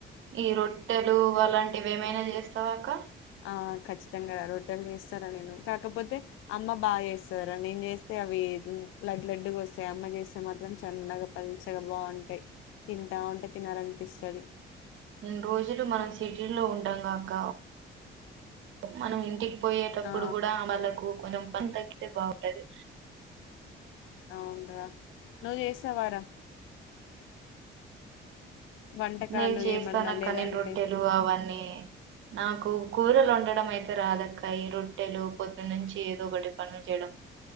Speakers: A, on the right (about 75°); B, on the left (about 85°).
A: ఈ రొట్టెలు అలాంటివిమైనా చేస్తావా అక్క
B: ఆ ఖచ్చితంగా రొట్టెలు చేస్తారా నేను కాకపోతే అమ్మ బాగా చేస్తా త్తదిరా నేను చేస్తే అవి లడ్ లడ్డుగా వస్తాయి అమ్మ చేస్తే మాత్రం చన్నగా పల్చగా బాగుంటాయి తింటా ఉంటే తినాలనిపిస్తది
A: ఇను రోజులు మనం సిటీలో ఉంటాంగా అక్క మనం ఇంటికి పోయేటప్పుడు
B: ఆ
A: కూడా వాళ్ళకు కొదం బ తగ్గితే బాగుంటది
B: అవును రా నువ్వు చేస్తావారా వంటకాలు
A: నేను చేస్తాను
B: ఏమన్నా
A: అక్క
B: లేదంటే
A: నేను రొట్టెలు అవన్నీ నాకు కూరలు వండడం అయితే రాదా అక్క ఈ రొట్టెలు పొద్దున్న్ నుంచి ఏదో ఒకటి పనులు చేయడం